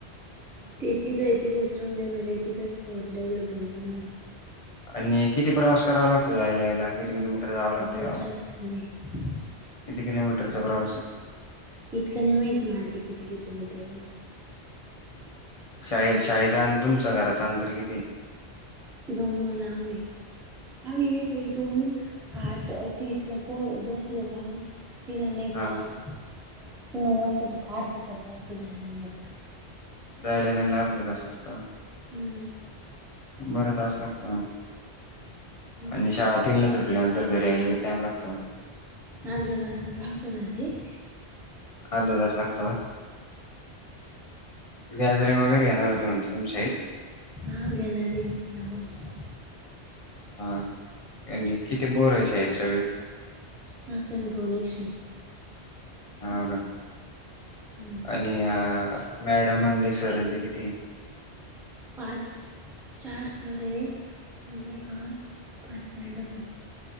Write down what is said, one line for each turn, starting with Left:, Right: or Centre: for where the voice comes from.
Centre: तिथं इ तिथंच राहून देणार आहे इ तिथच थोडं डेव्हलपमेंट करणार आहे
Left: आणि किती प्रवास करावा लागतो जायला याला किती किलोमीटर
Centre: <unintelligible>
Left: जावं लागतं यावं लागतं किती किलोमीटरचा प्रवास
Centre: इतक नाही माहत मारते किती किलोमीटर <inaudible>
Left: <inaudible> शाळे शाळेचा आणि तुमच घराच अंतर किती
Centre: <inaudible> गमला म आम्ही नाही काही दोन <inaudible> आठ तीस ला प बसलो का ति जा नाही
Left: हा
Centre: का <inaudible> नऊ वाजताच हो तो अर्धा तास लागतो झायला नाही
Left: जायला नला अर्ध जा लागतो <inaudible>
Centre: हम्म <inaudible>
Left: बर तास लागतो ना <inaudible>
Centre: हम्म
Left: आणि शाळा तीनला त उटल्यानंतर घरी यायला कि टाम लागतो <inaudible>
Centre: अर्धा तासच लागतोणार रे <inaudible>
Left: <inaudible> अर्ध दश लागतव <inaudible> गॅदरिंग वगैरे घेणार होते म्हणज तुमच्याही
Centre: ह घेणारे या वर्षी <inaudible>
Left: हा <inaudible> आणि कितीे बोर आहे शायर सगळे
Centre: <inaudible> असन दोन एकशे
Left: ह का <inaudible>
Centre: <inaudible> हम्म
Left: आणि मॅडम म्हण ते सर ते किती <inaudible>
Centre: पाच चार स रे <inaudible> आणि का पाच मेळट